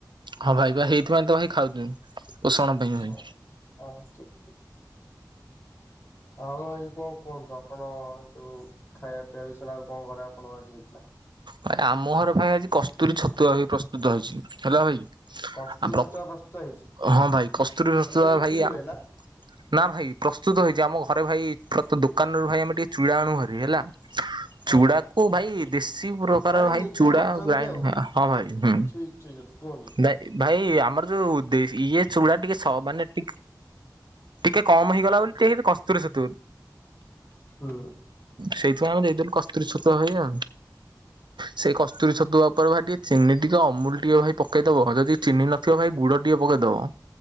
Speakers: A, on the right; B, on the left.
A: ହଁ ଭାଇ ବା ହେଇଥିପାଇଁ ତ ଭାଇ ଖାଉଚ ପୋଷଣ ପାଇଁ ଭାଇ।
B: ହଁ ହଁ ଠିକ୍ ଠିକ୍। ହଁ ଆଉ ଭାଇ କଣ କୁହନ୍ତୁ। ଆପଣ ଯୋଉ ଖାଇବା ପିଇବା ବିଷୟରେ ଆଉ କଣ ଘରେ ଆପଣ ଆଜି ହେଇଥିଲା?
A: ଭାଇ ଆମ ଘରେ ପାଇଁ ଆଜି କସ୍ତୁରୀ ଛତୁଆ ବି ପ୍ରସ୍ତୁତ ହୋଇଚି ହେଲା ଭାଇ।
B: କସ୍ତୁରୀ
A: ଆ ପ୍ର
B: ଛତୁଆ ପ୍ରସ୍ତୁତ ହେଇଛି
A: ହଁ ଭାଇ କସ୍ତୁରୀ
B: ସେଟା
A: ଛତୁଆ
B: ତ ବିକ୍ରି
A: ଭାଇ
B: ହୁଏ
A: ଆ
B: ନା
A: ନା ଭାଇ ପ୍ରସ୍ତୁତ ହେଇଚି ଆମ ଘରେ ଭାଇ ପ୍ରତ ଦୋକାନରୁ ଭାଇ ଆମେ ଟିକେ ଚୁଡା ଆଣୁ ହାରି ହେଲା।
B: ହଁ
A: ଚୁଡାକୁ
B: ହଁ
A: ଭାଇ ଦେଶୀ ବ୍ରୋ <unintelligible> ଭାଇ
B: ମାନେ ନିଜେ
A: ଚୁଡା
B: କରିଛନ୍ତି
A: ଗ୍ରାଇଣ୍ଡି
B: ଆଉ
A: ହଁ ଭାଇ ହୁଁ
B: ଠିକ ଠିକ ଅଛି କୁହନ୍ତୁ କେମିତି?
A: ନାଇ ଭାଇ ଆମର ଯୋଉ ଦେ ଇଏ ଚୁଡା ଟିକେ ସ ମାନେ ଟି ଟିକେ କମ୍ ହେଇଗଲା ବୋଲି ଟିକେ କସ୍ତୁରି ଛତୁ
B: ହୁଁ
A: ସେଇଥିପାଇଁ ଆମେ ଦେଇଦେଲୁ କସ୍ତୁରି ଛତୁଆ ଭାଇ ଆଉ। ସେଇ କସ୍ତୁରୀ ଛତୁଆ ଉପରେ ଭାଇ ଟିକେ ଚିନି ଟିକେ ଅମୁଲ ଟିକେ ଭାଇ ପକେଇଦବ ଯଦି ଚିନି ନ ଥିବ ଭାଇ ଗୁଡ ଟିକେ ପକେଇଦବ।